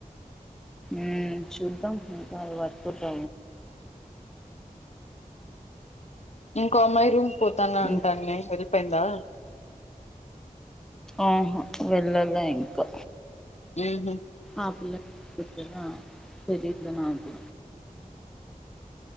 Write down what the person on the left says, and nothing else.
ఇంకో అమ్మాయి రూమ్ కు పోతాను అంటాంది
వెళ్ళిపోయిందా
మ్మ్ హ్మ్